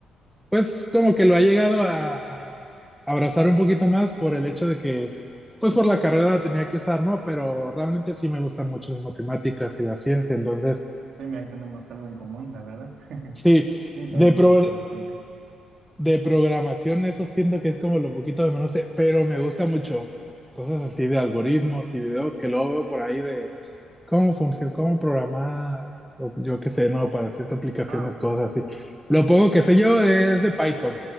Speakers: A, in the centre; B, on the right.
A: pues como que lo ha llegado a, a abrazar un poquito más por el hecho de que, pues por la carrera la tenía que usar, ¿no? Pero realmente sí me gustan mucho las matemáticas y la ciencia, entonces
B: Sí, mira, ahí tenemos algo en común, la verdad. <laughs>
A: sí,
B: Sí, también
A: de, pro-
B: me gusta bastante.
A: de programación eso siento que es como lo poquito de menos, sé, pero me gusta mucho cosas así de algoritmos y videos que luego veo por ahí de cómo funciona, cómo programar, o yo qué sé, no, para ciertas aplicaciones,
B: Ah, bueno,
A: cosas
B: sí,
A: así. Lo poco que sé yo es de Python,